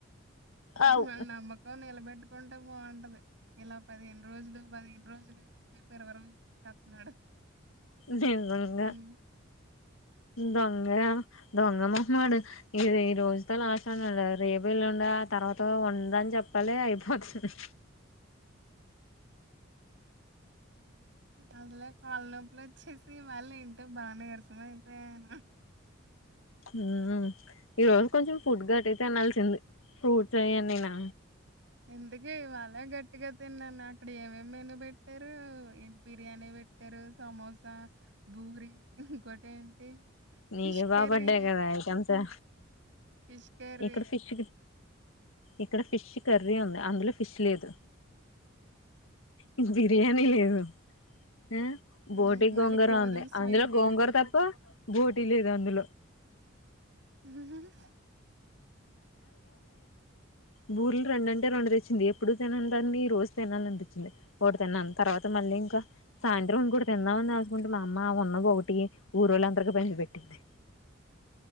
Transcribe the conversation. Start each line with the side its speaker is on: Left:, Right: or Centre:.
Left: అవ్
Right: మ నమ్మకవ ఎలబెడ్ కుంటే బాగుంటది ఇలా పదిహేను రోజులు పదిహేను రోజులు చెప్పి ఎరవ రోజు చేస్తున్నాడు
Left: దే దొంగా
Right: ఉమ్,
Left: దొంగ దొంగమ్మమాడు ఇ ఈ రోజుతో లాస్ట్ అన్నాడు రేపు ఎల్లుండే తర్వాత ఉందని చెప్పాలి అయిపోతుంది
Right: అదిలే కాల్ నొ వచ్చేసి మళ్ళి ఇం అంటే బాన్నీర్ససమయి అయిపోయానమాట
Left: ఉ ఈ రోజ్ కొంచెం ఫుడ్ గట్టి తినాల్సింది ఫ్రూట్స్ అయ నేనా
Right: ఎందుకు ఇవాళ్ళే గట్టిగా తిన్నాను అక్కడ ఏమిే మెను పెట్టారు బిర్యానీ పెట్టారు సమోసా బూరి ఇంకోటేంటి
Left: నీగదా
Right: ఫిష్ కర్రీ,
Left: బడ్డే కదా అయి కంసా
Right: ఫిష్ కర్రీ
Left: ఇక్కడ షిఫ్ ది ఇక్కడ ఫిష్ కర్రీ ఉంది అందులో ఫిష్ లేదు ఇంక బిర్యానీ లేదు ఉమ్
Right: హ్మ్.
Left: బోటి
Right: మళ్ళీ
Left: గోంగూర
Right: గోధుమ
Left: ఉంది
Right: స్వీటు.
Left: అందులో గోంగూర తప్ప బోటి లేదు అందులో
Right: నువ్వు కూడా
Left: బూర్లు రెండంటే రెండు తెచ్చింది ఎప్పుడు తినని దాన్ని ఈ రోజు తినాలనిపించింది ఒకటి తిన్నాను తర్వాత మళ్ళీ ఇంకా సాయంత్రం ఇంకటి తిందామని ఆసుకుంటే మా అమ్మ ఉన్న ఒకటి ఊరొళ్ళందరి పంచి పెట్టింది